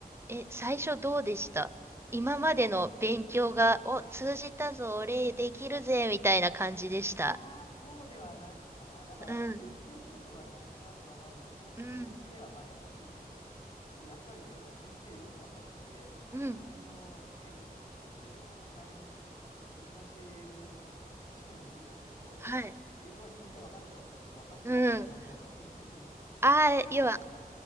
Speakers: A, on the right (about 15°); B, on the left (about 50°).
A: え、最初どうでした今までの勉強が、お、通じたぞ、俺できるぜ、
B: あ、
A: みたいな感じでした。
B: いやー、そうではないかな。だから、
A: うん、
B: 言ってることはなんとなくわかるのと、
A: うん、
B: 先生はまあ優しめに、で、やっぱりね、先生よくわかってて、
A: うん。
B: 日本の生徒たちって、こんなにこ難しい英文の試験を受けてるけど、
A: はい。
B: 英語は聞いてわかるかっていうと、分かってないってちゃんと分かってるみたいで。
A: うん。ああ、
B: <laughs> そうそ
A: 要は、